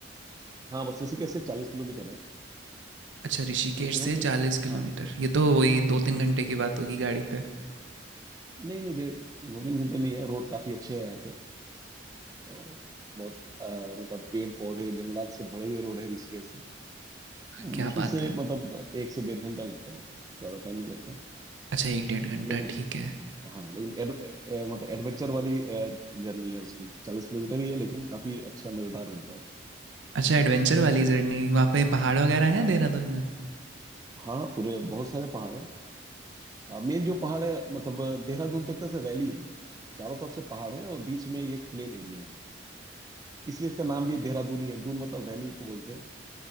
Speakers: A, on the right; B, on the right.
A: हाँ बस ऋषिकेश से चालीस किलोमीटर है
B: अच्छा ऋषिकेश
A: पर देहरादून
B: से चालीस किलोमीटर
A: हाँ
B: ये तो वही दो तीन घंटे की बात होगी गाड़ी पे
A: नहीं नहीं दे दो तीन घंटे नहीं है रोड काफी अच्छे हैं यहाँ पे और बहुत अ, मतलब पेड़ पौधे जंगलात से भरे हुए रोड है ऋषिकेश से मुश्किल
B: क्या बात
A: से
B: है
A: मतलब एक से डेढ़ घंटा लगता है ज्यादा टाइम नहीं लगता
B: अच्छा एक डेढ़ घंटा
A: लेकिन
B: ठीक है
A: हाँ लेकिन एड, ए, मतलब एडवेंचर वाली जर्नी है उसकी चालीस किलोमीटर ही है लेकिन काफी अच्छा मजेदार रहता है
B: अच्छा एडवेंचर वाली जर्नी वहाँ पे पहाड़ वगैरह
A: हाँ
B: है देहरादून में
A: हाँ पूरे बहुत सारे पहाड़ हैं मेन जो पहाड़ है मतलब अ, देहरादून तक से वैली है चारों तरफ से पहाड़ है और बीच में ये एक प्लेन एरिया है इसलिए इसका नाम भी देहरादून ही है दून मतलब वैली को बोलते हैं